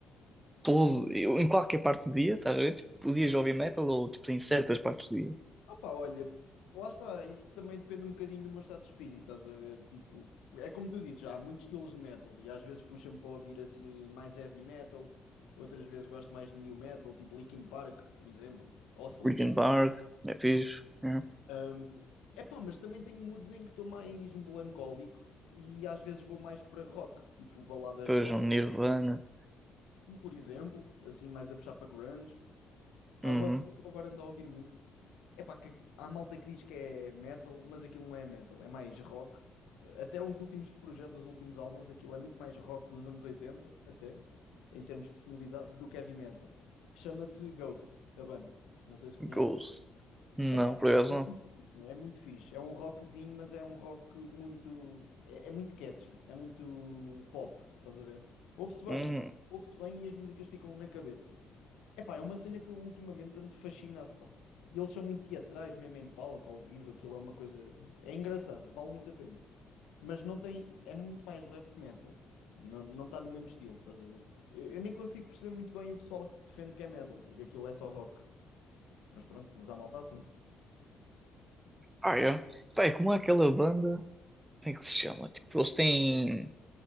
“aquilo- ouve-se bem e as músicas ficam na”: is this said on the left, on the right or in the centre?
Left